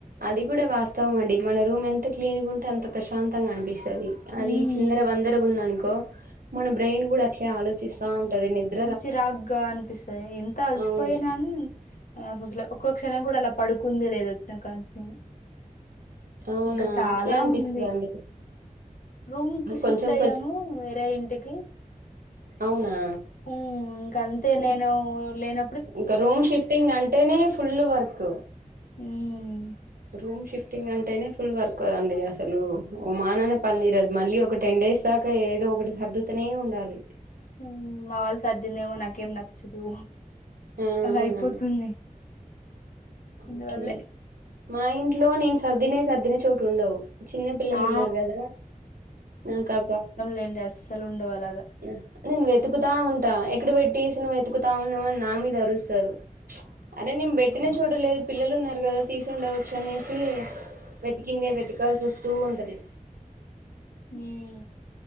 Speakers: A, on the right; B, on the left.
A: అది గూడా వాస్తవం అండి. మన రూమ్ ఎంత క్లీన్ గా ఉంటే అంత ప్రశాంతంగా అనిపిస్తది
B: ఉన్నా
A: అదిజ్ ఇందార వందరగుందనుకో మన బ్రెయిన్ గూడా అట్లే ఆలో ఇసా ఉంటది నిదు
B: ఇన్ చిరాగ్గా అనిపిస్తది ఎంత అలసిపోయినన్.
A: అవును
B: సాసోసాలే ఆ ఒక్కొక్క క్షణం గూడా అలా పడుకుంది లేదు వచ్చినా కానీసం.
A: అవునా
B: ఇంకా చాలా
A: అట్లే అనిపిస్తదండి
B: ఉంది రూమ్ కి షిఫ్ట్
A: కొంచెం
B: అయ్యాము
A: కొంచెం
B: వేరే ఇంటికి
A: అవునా
B: ఉం ఇంక అంతే
A: ఇంక
B: నేను లేన
A: ఇంకా రూమ్ షిఫ్టింగ్ అంటేనే ఫుల్ వర్క్
B: ఉమ్
A: రూమ్ షిఫ్టింగ్ అంటేనే ఫుల్ వర్క్ అండి అసలు ఓ మాననే పనిరదు మళ్ళీ ఒక టెన్ డేస్ దాక ఏదో ఒకటి సర్దుతనే ఉండాలి
B: ఉం వాళ్ళ సర్ధిదేమో నాకేం నచ్చదు
A: ఆ
B: అలా
A: అవునా
B: అయిపోతుంది అందువల్లే
A: ఓకే మా ఇంట్లో నేను సర్దినయి సర్దిన చోటు ఉండవు చిన్న పిల్లలు
B: ఆ
A: ఉన్నారు కదా నాకు ఆ
B: రెండర్స్ అసలు ఉండవలాగా
A: ఉం నేను వెతుకుతా ఉంటా ఎక్కడ పెట్టేసి నువ్వు వెతుకుతా ఉన్నావని నా మీద అరుస్తారు చ్ అరే నేను బేట్టిన చూడలేదు పిల్లలు ఉన్నారు కదా తీసిండవచ్చు అనేసి వెతికిందే వెతికాల్సి వస్తు ఉంటది
B: ఉం